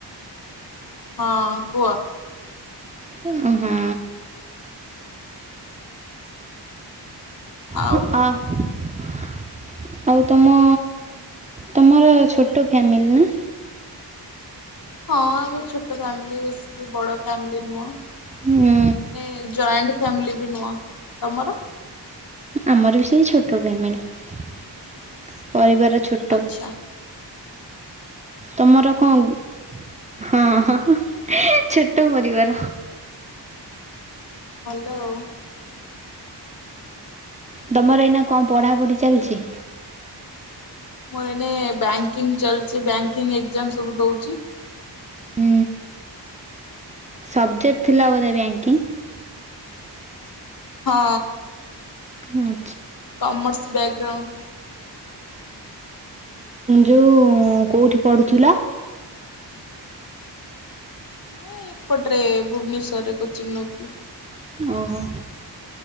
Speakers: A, on the left; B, on the right.
A: ହଁ କୁଅ।
B: ଉଁ ହୁଁ।
A: ଆଉ
B: ହଁ ଅ ଆଉ ତମ ତମର ଛୋଟ ଫ୍ୟାମିଲି ନା।
A: ହଁ ଆମର ଛୋଟ ଫ୍ୟାମିଲି ବେଶୀ ବଡ ଫାମଲି ନୁହଁ ମାନେ
B: ହୁଁ।
A: ଜୈଣ୍ଟ ଫ୍ୟାମିଲ ବି ନୁହ ତମର
B: ଆମର ବି ସେଇ ଛୋଟ ଫ୍ୟାମିଲ ପରିବାର। ଛୋଟ
A: ଆଛା।
B: ତମର ଙ୍କ ହଁ ହଁ ହଁ ହଁ ଏ ଛୋଟ ପରିବାର।
A: ଭଲ ଆଉ।
B: ତମର ଏଇନା କଣ ପଢାପଢି ଚାଲିଛି?
A: ମୋର ଏବେ ବ୍ୟାଙ୍କୀଙ୍ଗ ଚାଲୁଚି ବ୍ୟାଙ୍କୀଙ୍ଗ ଏକଜାମ ସବୁ ଦଉଚି।
B: ଉଁ ସବଜେକ୍ଟ ଥିଲା ବୋଧେ ବ୍ୟାଙ୍କିଙ୍ଗ
A: ହଁ।
B: ହଁ
A: କମର୍ସ ବ୍ୟାଗଗ୍ରାଉଣ୍ଡ
B: ଯୋଉ କୋଉଠି ପଢୁଥିଲ?
A: ମୁଁ ଏପଟରେ ଭୁବନେଶ୍ଵରରେ କୋଚିଂ ନଉଥିଲି।
B: ଓହୋ।